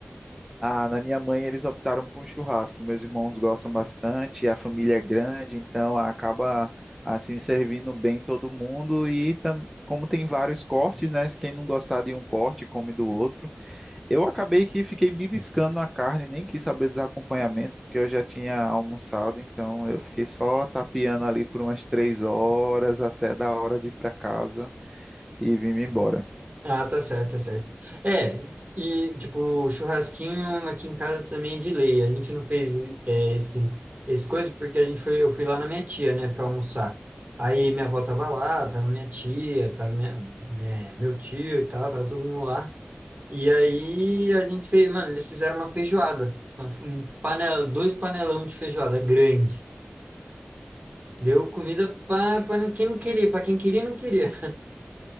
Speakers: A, in the centre; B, on the right.
A: Ah, na minha mãe eles optaram por um churrasco. Meus irmãos gostam bastante, a família é grande, então acaba assim servindo bem todo mundo. E tam- como tem vários cortes, né? Quem não gostar de um corte, come do outro. Eu acabei que fiquei beliscando a carne, nem quis saber dos acompanhamentos, porque eu já tinha almoçado, então eu fiquei só tapeando ali por umas três horas até da hora de ir para casa e vim-me embora.
B: Ah, tá certo, tá certo. É, e tipo, o churrasquinho aqui em casa também é de lei. A gente não fez é, esse, esse coisa porque a gente foi, eu fui lá na minha tia, né, pra almoçar. Aí minha avó tava lá, tava minha tia, tava minha, né, meu tio e tal, tava todo mundo lá. E aí a gente fez, mano, eles fizeram uma feijoada. Uma- Um panela, dois panelão de feijoada grande. Deu comida para quem não queria, para quem queria, não queria.